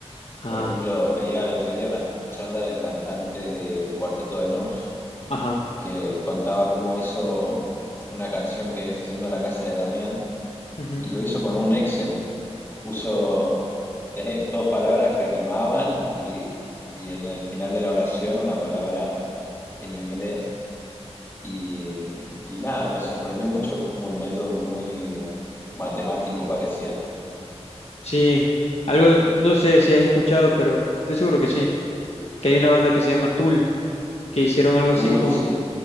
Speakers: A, on the left; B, on the left.
A: Ah,
B: por ejemplo, veía el otro día una charla del cantante del Cuarteto de Nos
A: ajá.
B: que contaba cómo hizo una canción que es Yendo a la casa de Damián
A: ujú.
B: y lo hizo con un Excel. Puso eh, dos palabras que rimaban y, y en el final de la oración una palabra en inglés. Y, y nada, me sorprendió mucho que es como un método muy matemático pareciera.
A: Sí. Algo, no sé si has escuchado, pero de seguro que sí. que hay una banda que se llama Tool, que hicieron algo así
B: Dulce,
A: con,